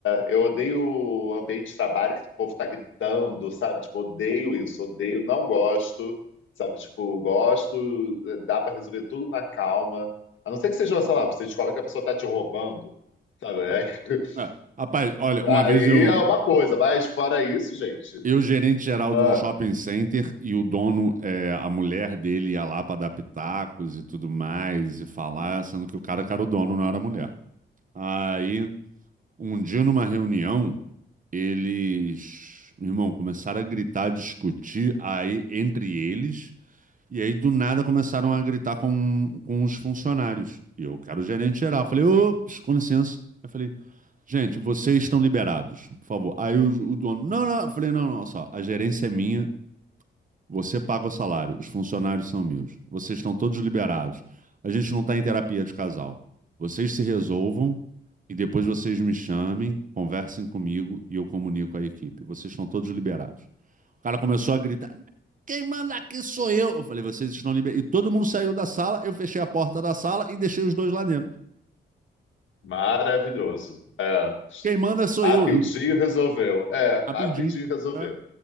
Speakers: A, on the left; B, on the right.
A: eu odeio o ambiente de trabalho que o povo tá gritando, sabe? Tipo, odeio isso, odeio, não gosto, sabe? Tipo, gosto, eh, dá pra resolver tudo na calma. A não ser que seja, sei lá, você descobre que a pessoa tá te roubando, sabe? Aí <laughs>
B: É. Rapaz, olha, uma vez
A: aí
B: eu,
A: é uma coisa, mas fora isso, gente,
B: eu gerente geral
A: ah,
B: de um shopping center e o dono, é, a mulher dele ia lá para dar pitacos e tudo mais e falar, sendo que o cara que era o dono, não era a mulher. Aí, um dia numa reunião, eles, meu irmão, começaram a gritar, a discutir aí entre eles e aí do nada começaram a gritar com, com os funcionários. E eu, que era o gerente geral, falei, ô, com licença. Eu falei, Gente, vocês estão liberados, por favor. Aí o, o dono, não, não, eu falei, não, não, só, a gerência é minha, você paga o salário, os funcionários são meus, vocês estão todos liberados. A gente não está em terapia de casal. Vocês se resolvam e depois vocês me chamem, conversem comigo e eu comunico a equipe. Vocês estão todos liberados. O cara começou a gritar: quem manda aqui sou eu. Eu falei, vocês estão liberados. E todo mundo saiu da sala, eu fechei a porta da sala e deixei os dois lá dentro.
A: maravilhoso. É.
B: Quem manda sou
A: Rapidinho
B: eu. Eu
A: resolveu. É,
B: rapidinho.
A: rapidinho resolveu.
B: É.